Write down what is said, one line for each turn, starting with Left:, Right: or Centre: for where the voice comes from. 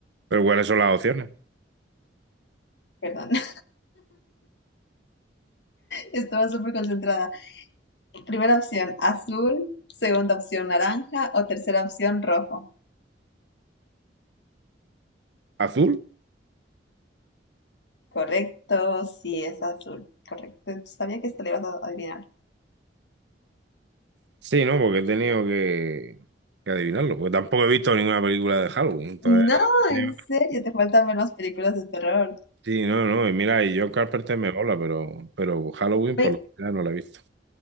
Right: ¿Pero cuáles son las opciones?
Left: Perdón, <laughs> estaba súper concentrada. Primera opción, azul. Segunda opción, naranja. O tercera opción, rojo.
Right: ¿Azul?
Left: Correcto, sí, es azul. Correcto. Sabía que esta le ibas a adivinar.
Right: Sí, ¿no? Porque he tenido que, que adivinarlo. Porque tampoco he visto ninguna película de Halloween. Entonces,
Left: No,
Right: he tenido-
Left: en serio, te faltan ver las películas de terror.
Right: sí, no, no. Y mira, y John Carpenter me mola, pero, pero Halloween
Left: Mi-
Right: por lo general no la he visto.